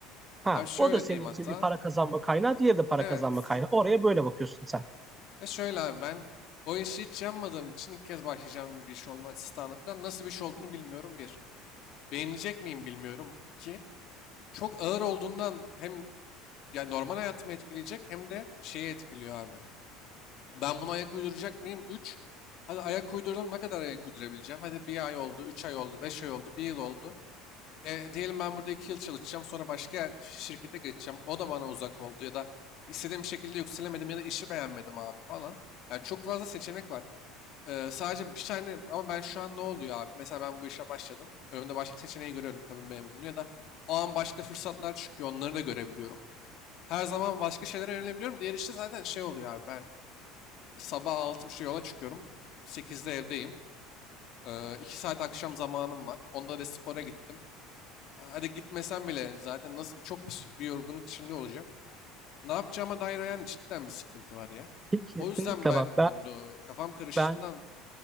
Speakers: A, on the right; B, on the left.
A: Ha,
B: Abi şöyle
A: o da senin
B: diyeyim hatta.
A: için bir para kazanma kaynağı, diğeri de para
B: Evet.
A: kazanma kaynağı. Oraya böyle bakıyorsun sen.
B: Ve şöyle abi ben o işi hiç yanmadığım için ilk kez başlayacağım bir iş olduğunu asistanlıktan nasıl bir iş olduğunu bilmiyorum bir. Beğenecek miyim bilmiyorum. İki. Çok ağır olduğundan hem ya normal hayatımı etkileyecek hem de şeyi etkiliyor abi. Ben buna ayak uyduracak mıyım? 3. Hadi ayak uydurdum. Ne kadar ayak uydurabileceğim? Hadi bir ay oldu, 3 ay oldu, 5 ay oldu, bir yıl oldu. E, diyelim ben burada 2 yıl çalışacağım. Sonra başka şirkete geçeceğim. O da bana uzak oldu ya da istediğim şekilde yükselemedim ya da işi beğenmedim abi falan. Yani çok fazla seçenek var. E, sadece bir tane ama ben şu an ne oluyor abi? Mesela ben bu işe başladım. Önümde başka seçeneği görüyorum kabin memurunu ya da o an başka fırsatlar çıkıyor. Onları da görebiliyorum. Her zaman başka şeylere yönelebiliyorum. Diğer işte zaten şey oluyor abi. Ben Sabah 6.30 yola çıkıyorum. sekizde evdeyim. Ee, 2 saat akşam zamanım var. Onda da spora gittim. Ee, Hadi gitmesem bile zaten nasıl çok bir bir yorgunluk içinde olacağım. Ne yapacağıma dair yani cidden bir sıkıntı var ya.
A: Kesinlikle
B: O yüzden ben
A: bak
B: bunu kafam karıştığından
A: ben